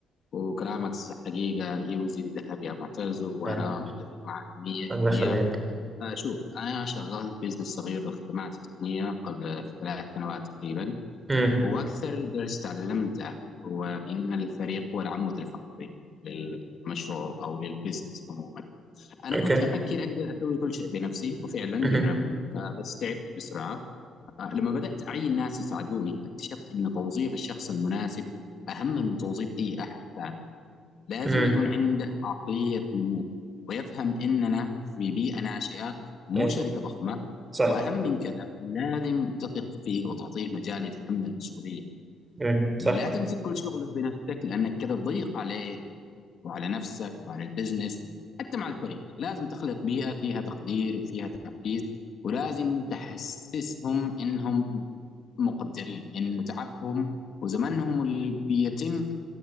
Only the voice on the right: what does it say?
يعني
الله يخليك
امم
أوكي
امم
امم
يعني
صح
مم.
صح